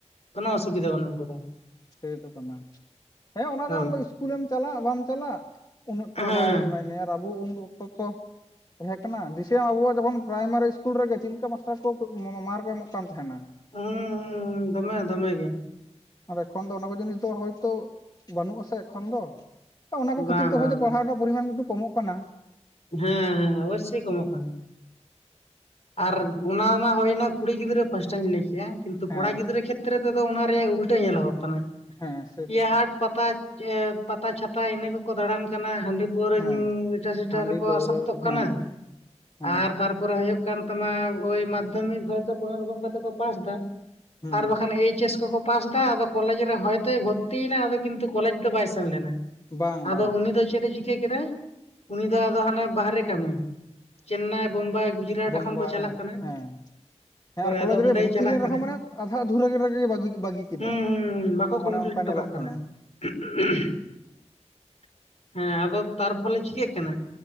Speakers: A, on the left; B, on the left.
A: ᱠᱚᱱᱳ ᱚᱥᱩᱵᱤᱫᱟ ᱵᱟᱹᱱᱩᱜ ᱟᱠᱟᱫᱟ᱾
B: ᱥᱮᱹᱭ ᱛᱚ ᱠᱟᱱᱟ᱾ ᱦᱮᱸ ᱚᱱᱟ
A: ᱦᱳᱭ
B: ᱫᱚ ᱟᱢ ᱫᱚ ᱤᱥᱠᱩᱞᱮᱢ ᱪᱟᱞᱟᱜ ᱵᱟᱢ ᱪᱟᱞᱟᱜ᱾ ᱩᱱᱟᱹᱜᱴᱟ
A: ᱦᱮᱸ
B: ᱵᱟᱭ ᱱᱚᱱᱱᱭᱟ ᱟᱨ ᱟᱵᱚ ᱩᱱ ᱚᱠᱛᱚ ᱛᱚ ᱛᱟᱦᱮᱸ ᱠᱟᱱᱟ ᱫᱤᱥᱟᱹᱭᱟᱢ ᱟᱵᱚᱣᱟᱜ ᱡᱮᱢᱚᱱ ᱯᱨᱟᱭᱢᱟᱨᱤ ᱤᱥᱠᱩᱞ ᱨᱮᱜᱮ ᱪᱤᱫ ᱞᱤᱠᱟ ᱢᱟᱥᱴᱟᱨ ᱠᱚ ᱢᱟ ᱢᱟᱨ ᱮᱢᱚᱜ ᱠᱟᱱ ᱛᱟᱦᱤᱱᱟ᱾
A: ᱦᱩᱸ ᱦᱩᱸ ᱫᱚᱢᱮ ᱫᱚᱢᱮ ᱜᱮ᱾
B: ᱟᱨ ᱮᱠᱷᱚᱱ ᱫᱚ ᱚᱱᱟ ᱠᱚ ᱡᱤᱱᱤᱥ ᱫᱚ ᱦᱚᱭᱛᱳ ᱵᱟᱹᱱᱩᱜ ᱟ ᱥᱮ ᱮᱠᱷᱚᱱ ᱫᱚ᱾ ᱛᱚ ᱚᱱᱟ ᱠᱚ
A: ᱵᱟᱝ
B: ᱠᱷᱟᱹᱛᱤᱨ ᱛᱮ
A: ᱵᱟᱝ
B: ᱦᱚᱭᱛᱚ
A: ᱵᱟᱝ
B: ᱯᱟᱲᱦᱟᱣ ᱨᱮᱱᱟᱜ ᱯᱚᱨᱤᱢᱟᱱ ᱠᱤᱛᱩ ᱠᱚᱢᱚᱜ ᱠᱟᱱᱟ᱾
A: ᱦᱮᱸ ᱦᱮᱸ ᱚᱵᱚᱥᱟᱹᱭ ᱠᱚᱢᱚᱜ ᱠᱟᱱᱟ᱾ ᱟᱨ ᱚᱱᱟ ᱢᱟ ᱦᱩᱭ ᱱᱟ ᱠᱩᱲᱤ ᱜᱤᱫᱽᱨᱟᱹ ᱯᱟᱥᱴᱟᱧ ᱞᱟᱹᱭ ᱠᱮᱜ-ᱟ᱾ ᱠᱤᱱᱛᱩ
B: ᱦᱮᱸ
A: ᱠᱚᱲᱟ ᱜᱤᱫᱽᱨᱟᱹ ᱠᱷᱮᱛᱨᱮ ᱛᱮᱫᱚ ᱚᱱᱟ ᱨᱮᱭᱟᱜ ᱩᱞᱴᱟᱹ ᱧᱮᱞᱚᱜᱚᱜ ᱠᱟᱱᱟ᱾
B: ᱦᱮᱸ ᱥᱮᱛᱚ
A: ᱤᱭᱟᱹ
B: ᱴᱷᱤᱠ
A: ᱦᱟᱴ ᱯᱟᱛᱟ-ᱼ ᱮᱸ ᱯᱟᱛᱟ ᱪᱷᱟᱛᱟ ᱤᱱᱟᱹ ᱠᱚᱠᱚ ᱫᱟᱬᱟᱱ ᱠᱟᱱᱟ᱾ ᱦᱟᱺᱰᱤ ᱯᱟᱹᱣᱨᱟ
B: ᱦᱮᱸ
A: ᱧᱩ ᱤᱴᱟ ᱥᱤᱴᱟ
B: ᱦᱟᱺᱰᱤ
A: ᱨᱮᱠᱚ
B: ᱯᱟᱹᱣᱨᱟᱹ
A: ᱟᱥᱚᱠᱛᱚᱜ
B: ᱦᱮᱸ
A: ᱠᱟᱱᱟ
B: ᱦᱮᱸ
A: ᱟᱨ ᱛᱟᱨᱯᱚᱨᱮ ᱦᱳᱭᱳᱜ ᱠᱟᱱ ᱛᱟᱢᱟ ᱵᱳᱭ ᱢᱟᱫᱽᱫᱷᱚᱢᱤᱠ ᱦᱚᱭᱛᱚ ᱠᱳᱱᱳ ᱨᱚᱠᱚᱢ ᱠᱟᱛᱮ ᱠᱚ ᱯᱟᱥ ᱫᱟ
B: ᱦᱩᱸ
A: ᱟᱨ ᱵᱟᱠᱷᱟᱱ ᱮᱭᱤᱪ ᱮᱥ ᱫᱚᱠᱚ ᱯᱟᱥ ᱫᱟ ᱟᱫᱚ ᱠᱚᱞᱮᱡᱽ ᱨᱮ ᱦᱚᱭᱛᱚᱭ ᱵᱷᱚᱛᱛᱤᱭᱮᱱᱟ ᱟᱫᱚ ᱠᱤᱱᱛᱩ ᱠᱚᱞᱮᱡᱽ ᱫᱚ ᱵᱟᱭ ᱥᱮᱱ ᱞᱮᱱᱟᱭ᱾
B: ᱵᱟᱝ
A: ᱟᱫᱚ
B: ᱵᱟᱝ
A: ᱩᱱᱤ ᱫᱚ ᱪᱮᱫ ᱮ ᱪᱤᱠᱟᱹ ᱠᱮᱫᱟᱭ? ᱩᱱᱤ ᱫᱚ ᱟᱫᱚ ᱦᱟᱱᱮ ᱵᱟᱦᱨᱮ ᱠᱟᱹᱢᱤ᱾ ᱪᱮᱱᱱᱟᱭ, ᱵᱳᱢᱵᱟᱭ, ᱜᱩᱡᱽᱨᱟᱴ᱾ ᱮᱠᱷᱚᱱ
B: ᱵᱟᱭ
A: ᱠᱚ ᱪᱟᱞᱟᱜ ᱠᱟᱱᱟ
B: ᱦᱮᱸ᱾ ᱦᱮᱸ
A: ᱦᱳᱭ
B: ᱟᱨ ᱠᱚᱞᱮᱡᱽ
A: ᱟᱫᱚ ᱚᱸᱰᱮᱭ
B: ᱨᱮ ᱵᱷᱚᱛᱛᱤᱭᱮᱱ
A: ᱪᱟᱞᱟᱜ ᱠᱟᱱᱟ
B: ᱨᱮᱦᱚᱸ ᱢᱟᱱᱮ ᱟᱫᱷᱟ ᱟᱫᱷᱩᱨᱟᱹ ᱨᱮᱜᱮ ᱵᱟ, ᱹᱜᱤ ᱵᱟᱹᱜᱤ ᱠᱮᱫᱟ᱾
A: ᱦᱩᱸ ᱦᱩᱸ ᱵᱟᱠᱚ ᱠᱚᱢᱯᱞᱤᱴ
B: ᱚᱱᱮ ᱚᱱᱠᱟ
A: ᱦᱚᱴᱚ
B: ᱧᱮᱞᱚᱜ
A: ᱠᱟᱜ
B: ᱠᱟᱱᱟ᱾
A: <inaudible> ᱦᱮᱸ ᱟᱫᱚ ᱛᱟᱨᱯᱷᱚᱞᱮ ᱪᱤᱠᱟᱹᱜ ᱠᱟᱱᱟ?